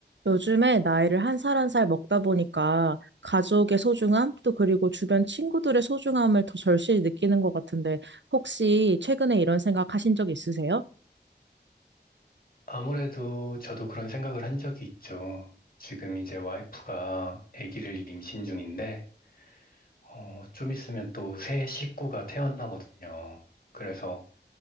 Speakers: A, on the right (about 85°); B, on the left (about 55°).
A: 요즘에 나이를 한 살 한 살 먹다 보니까 가족의 소중함, 또 그리고 주변 친구들의 소중함을 더 절실히 느끼는 것 같은데, 혹시 최근에 이런 생각 하신 적 있으세요?
B: 아무래도 저도 그런 생각을 한 적이 있죠. 지금 이제 와이프가 아기를 임신 중인데, 어, 좀 있으면 또 새 식구가 태어나거든요. 그래서